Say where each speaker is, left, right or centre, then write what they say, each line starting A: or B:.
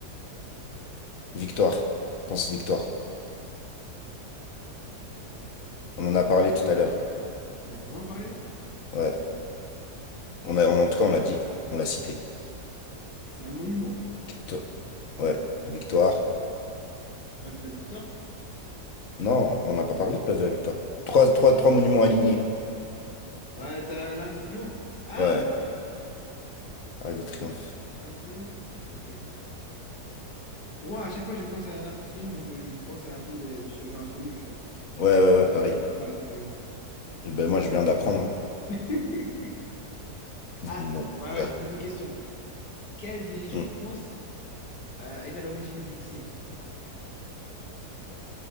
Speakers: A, on the left; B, on the left.
A: Victoire. Pense victoire. On en a parlé tout à l'heure.
B: On a vraiment parlé?
A: Ouais. On a, en tout cas, on l'a dit, quoi. On l'a cité.
B: Et c'est un monument.
A: Victoire. Ouais, victoire.
B: Place de la Victoire?
A: Non, on n'a pas parlé de place de la victoire. Trois, trois, trois monuments alignés.
B: Ouais, t'as l'Arc de Triomphe. Ah
A: Ouais,
B: ouais,
A: Arc de Triomphe.
B: c'est ça, Arc de Triomphe. Ok. Pour moi, à chaque fois que je pense à l'Arc de Triomphe, je, je- je pense à la tombe de- du soldat inconnu, tu vois.
A: Ouais, ouais, ouais, Paris.
B: Je pense pas à Napoléon.
A: Ben, moi, je viens d'apprendre, hein.
B: <laughs>
A: <laughs>
B: Ah,
A: Mon
B: ouais,
A: gars.
B: ouais, je te pose une question. Quel dirigeant
A: Hmm,
B: de France euh, est à l'origine du lycée?